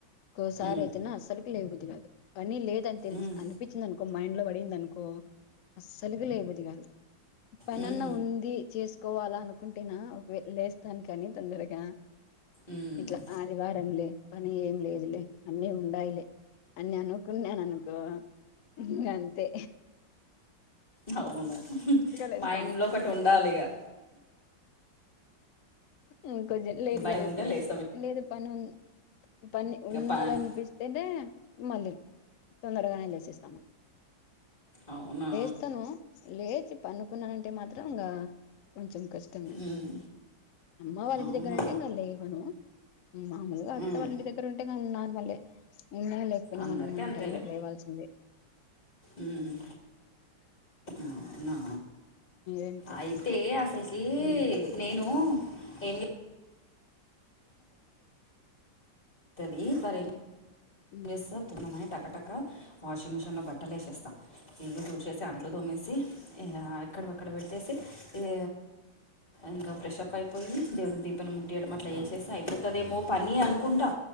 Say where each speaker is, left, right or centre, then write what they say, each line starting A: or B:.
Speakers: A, on the left; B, on the left.
A: కోసారైతెనా
B: ఉమ్,
A: అస్సల్కి లేయ్బుధ్ధి గాదు పని లేదని తెల్సి
B: ఉమ్,
A: అనిపి మైండ్లో బడిందనుకో అస్సల్కి లెయ్ బుధ్ధి గాదు పనన్నా
B: ఉమ్,
A: ఉంది చేస్ కోవాలా అనుకుంటేనా ఒకవె లేస్తాన్ కానీ తొందరగా
B: ఉమ్.
A: ఇట్ల ఆదివారంలె పని ఏం లేదులే అన్నీ ఉండాయ్ లే అన్య అనుకున్యాననుకో ఇంగంతే
B: హవును
A: లేస్తాను.
B: మైండ్లో ఒకటుండాలిగా
A: ఊ కొజ్జం లేట్
B: బయట
A: గా లేస్తాను
B: ఉంటే లేస్తాం
A: లేదు పనుం పని
B: ఇక
A: ఉన్నదన్పిస్తేనే
B: పాన్
A: మల్లి తొందరగానే లేసేస్తాము
B: ఔనా
A: స్తనూ లేచి పండుకున్నానంటే మాత్రం ఇంగా కొంచెం కష్టమె
B: ఉమ్,
A: అమ్మవాళ్ల ఇంటిదగ్గరంటే
B: అవునా
A: ఇంగ లేవనూ మాములుగా అత్తావాళ్ల
B: ఉమ్,
A: ఇంటిదగ్గర ఉంటే కన్ నార్మలే ఉన్నా లేకపోయినా
B: అందరికీ
A: మనం మన
B: అంతేలే
A: టయానికి లేవాల్సిందే
B: ఉమ్ అవునా
A: ఏంటక్క
B: అయితే
A: ఇంకా
B: అసలుకీ
A: ఉమ్
B: నేనూ ఏంచెప్ తది సరె
A: ఉమ్
B: <unintelligible> కటక వాషింగ్ మిషన్లో బట్టలేసేస్తా ఇల్లు తుడ్చేసి అంట్లుతోమేసి ఇగా క విఅక్కడ పెట్టేసి ఇగ ఇంకా ఫ్రెష్ప్ అయిపోయి దేవునికి దీపం ముట్టియడం అట్లా సేస్తే అయిపోతదేమో పని అనుకుంటా